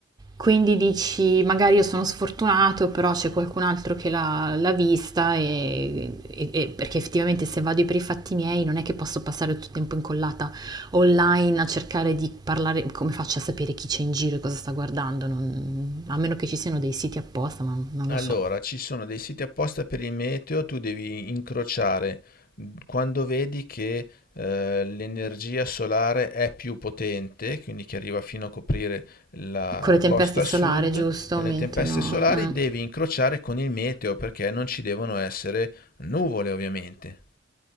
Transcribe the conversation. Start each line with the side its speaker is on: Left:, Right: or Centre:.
Right: Quindi dici, magari io sono sfortunato, però c'è qualcun altro che l'ha l'ha vista e, e- e- perché effettivamente se vado per i fatti miei non è che posso passare tutto il tempo incollata online a cercare di parlare, come faccio a sapere chi c'è in giro e cosa sta guardando? Non- a meno che ci siano dei siti apposta, ma non lo
Left: Allora,
Right: so.
Left: ci sono dei siti apposta per il meteo, tu devi incrociare mh, quando vedi che eh, l'energia solare è più potente, quindi che arriva fino a coprire la
Right: Con le tempeste
Left: costa a
Right: solari,
Left: sud,
Right: giusto,
Left: con
Right: aumentano.
Left: le tempeste solari
Right: eh.
Left: devi incrociare con il meteo perché non ci devono essere nuvole, ovviamente.